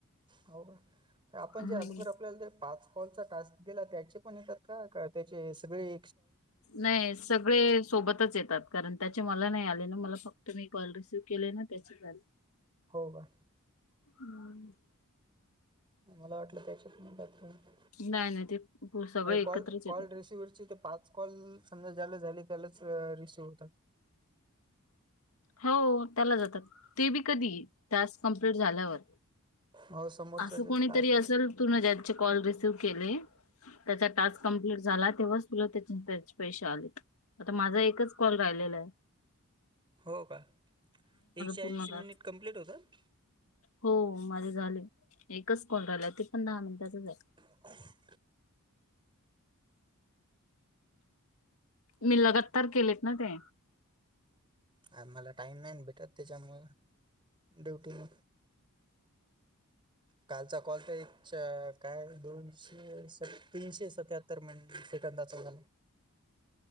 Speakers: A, on the right; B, on the left.
A: हो आपण
B: हम्म
A: जे अदुघर आपल्याला ते पाच कॉलचा टास्क दिला त्यांचे पणं येतात कां त्यांचे सगळी
B: नाहीं सगळें सोबतंच येतात. कारणं त्यांचे मला नाहीं आले नां मला फक्त मी कॉल रिसिव्ह केले ना त्यांचे आले.
A: हो कां.
B: <unintelligible>
A: मला वाटलं त्याच्यातून डॉक्युमेन्ट
B: नाही नाही ते पु- सगळे एकत्रच
A: कॉल कॉल
B: येतात.
A: रिसिव्ह पाच कॉल समजा ज्याला झाली त्यालाच रिसीव्ह होतात.
B: हो त्याला जातात ते बी कधी टास्क कमप्लीट झाल्यावर.
A: हो समोरच्या
B: असं कोणीतरी
A: तास
B: असल तुना ज्यांचे कॉल रिसिव्ह केले त्याचा टास्क कंपलीट झाला तेव्हाच तुला त्याच त्याचे पैसे आलेत आता माझा एकच कॉल राहिलेलाय.
A: हो का एकशे
B: पूर्ण
A: ऐंशी
B: टास्क
A: मिनिट कम्प्लीट होतात.
B: हो माझे झाले एकच कॉल राहिला ते पण दहा मिनिटाचय.
A: <inaudible>
B: मी लगातार केलेत ना ते
A: हम आ मला टाइम नाहीन भेटत त्याच्यामुंळ ड्युटी म कालचा कॉल तर एक च काय दोनशे सत्याऐनशी असं त्या तर म्हण सेकंदाचा झाला.